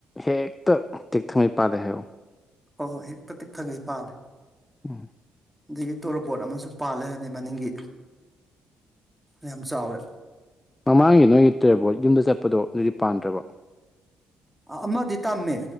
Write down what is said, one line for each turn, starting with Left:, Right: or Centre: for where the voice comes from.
Left: ꯍꯦꯛꯇ ꯇꯦꯛꯊꯉꯩ ꯄꯥꯜꯂꯦ ꯍꯥꯏꯌꯣ꯫
Centre: ꯍꯣꯏ ꯍꯣꯏ ꯍꯦꯛꯇ ꯇꯦꯛꯊꯉꯩ ꯄꯥꯜꯂꯦ꯫
Left: <inaudible>
Centre: ꯑꯗꯒꯤ ꯇꯣꯔꯣꯕꯣꯠ ꯑꯃꯁꯨ ꯄꯥꯜ ꯂꯩꯔꯝꯃꯦ ꯃꯅꯤꯡꯒꯤ ꯌꯥꯝ ꯆꯥꯎꯔꯦ꯫
Left: ꯃꯃꯥꯡꯒꯤ ꯅꯣꯏꯒꯤ ꯇꯣꯔꯣꯕꯣꯠ ꯌꯨꯝꯗ ꯆꯠꯄꯗꯣ ꯑꯗꯨꯗꯤ ꯄꯥꯟꯗ꯭ꯔꯕꯣ꯫
Centre: ꯑꯥ ꯑꯃꯗꯤ ꯇꯝꯃꯦ꯫